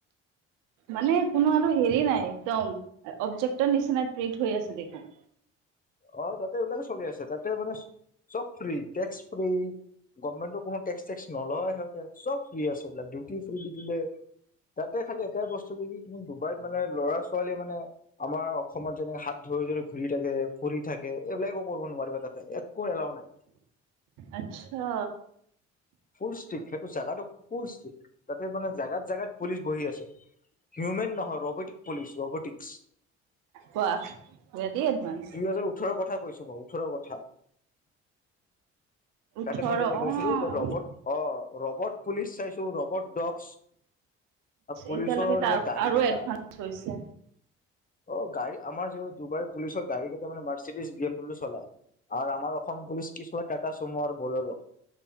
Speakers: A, on the right; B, on the left.
A: মানে কোনো আৰু হেৰি নাই একদম অবজেক্টৰ নিচিনা ক্ৰেত হৈ আছে দেখোন।
B: অ তাতে এইবিলাকে চলি আছে তাতে মানে চব ফ্ৰী টেক্স ফ্ৰী গভেটৰ কোনোটক্স টেক্ নলয় সিহঁতেব ফ্ৰী আছে বিলাক ডিউটি ফ্ৰী দি দিলে। তাতে খালি এটাই বস্তু কি কি তুমি ডুবাইত মানে ল'ৰা ছোৱালীয়ে মানে আমাৰ অসমত যেনেক হাত ধ ধৰি ঘূৰি থাকে ফুৰি থাকে এইবিলাকো কৰিব নোৱাৰিবা তাতে একো এলাও নাই।
A: আচ্ছা
B: ফুল ষ্টিক সেইটো চোগাটো ফুল ষ্টিক। তাতে মানে জোগাত জোগাত পুলিচ বহি আছে। হিউমেন নহৰ ৰ'বটিক পুলিচ ৰবটিক।
A: বাহ ভেৰী এডভাঞ্চ।
B: দুহজাৰ ওঠৰৰ কথা কৈছো বাৰু ওঠৰৰ কথা।
A: ওঠৰ
B: তাতে মই যেতিয়া
A: অ'
B: গৈছিলো ৰবট অ ৰবট পুলিচ চাইছো ৰবট ডক্ পুলিচৰ
A: এতিয়ালৈকে ত
B: যে গাড়ী
A: আৰু
B: কেইটা
A: এডভান্স হৈছে।
B: অ গাড়ী আমাৰ য ডবাইৰ পুলিচৰ গাড়ী কেইটা মানে মাৰ্চিডিজ বি এম ডাব্লিউ চলায়। আৰু আমাৰ অসম পুলিচ কি চলাই টাটা চুমো আৰু বলৰো।